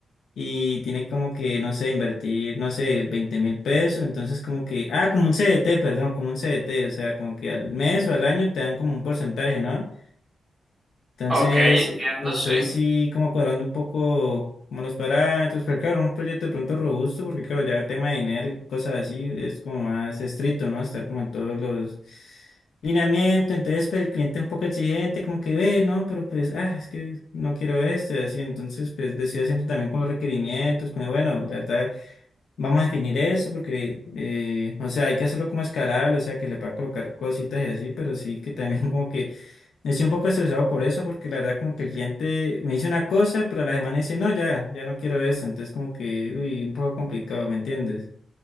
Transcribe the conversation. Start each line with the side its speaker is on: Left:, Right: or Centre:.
Left: y tiene como que, no sé, invertir, no sé, veinte mil pesos. Entonces, como que, ah, como un CDT, perdón, como un CDT, o sea, como que al mes o al año te dan como un porcentaje, ¿no? Entonces,
Right: Ok, entiendo,
Left: eh, estoy
Right: sí.
Left: sí como cuadrando un poco como los parámetros, pero claro, un proyecto de pronto robusto, porque claro, ya el tema de dinero y cosas así es como más estricto, ¿no? Estar como en todos los lineamientos, entonces pues, el cliente es un poco exigente, como que ve, ¿no? Pero pues, ah, es que no quiero esto y así, entonces pues decido haciendo también con los requerimientos, como bueno, la verdad, vamos a definir eso porque, eh, o sea, hay que hacerlo como escalable, o sea, que le pueda colocar cositas y así, pero sí que también <laughs> como que Estoy un poco estresado por eso, porque la verdad como que el cliente me dice una cosa, pero a la semana dice, no, ya, ya no quiero eso. Entonces como que, uy, un poco complicado, ¿me entiendes?